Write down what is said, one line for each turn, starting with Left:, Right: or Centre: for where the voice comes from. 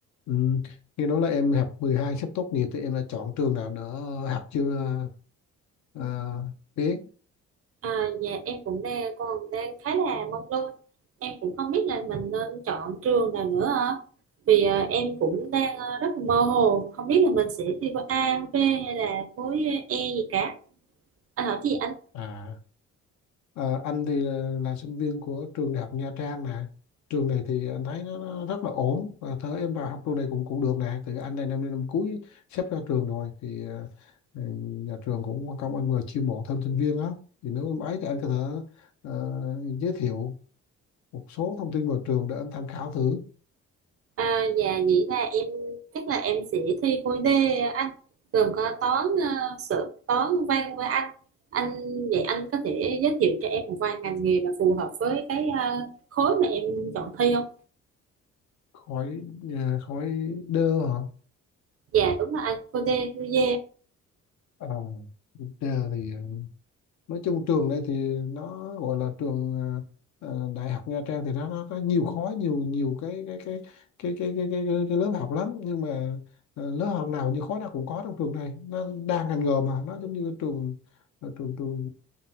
Left: Ừ. Nghe nói là em học 12 sắp tốt nghiệp thì em đã chọn trường nào đỡ học chưa ờ, biết
Right: À, dạ em cũng đang còn đang khá là mông lung em cũng không biết là mình nên chọn trường nào nữa ạ. vì à, em cũng đang à, rất là mơ hồ không biết là mình sẽ thi khối A khối B hay là khối E gì cả anh hỏi chị anh
Left: à ờ, anh thì là là sinh viên của trường đại học Nha Trang nè trường này thì anh thấy nó, nó rất là ổn và thớ em vào học trường này cũng cũng được nè từ anh đây năm năm cuối sắp ra trường rồi thì ờ, ừ, nhà trường cũng có công anh vừa chiêu mộ thêm sinh viên á thì nếu em ấy thì anh có thể ờ, giới thiệu một số thông tin vào trường để em tham khảo thử
Right: à, dạ vậy là em chắc là em sẽ thi khối D anh gồm có toán uh, sự toán văn với anh anh vậy anh có thể giới thiệu cho em một vài ngành nghề mà phù hợp với cái à, khối mà em chọn thi không
Left: khỏi ờ, khỏi đơ hả
Right: dạ đúng là anh khối D khối D
Left: À, Tra thì ờ, nói chung trường đây thì nó gọi là trường ờ, ờ, đại học Nha Trang thì nó, nó có nhiều khối nhiều nhiều cái cái cái cái cái cái, cái, cái, cái lớp học lắm nhưng mà ờ, lớp học nào như khối nào cũng có trong trường này nó đa ngành nghề mà nó giống như cái trường ờ, trường trường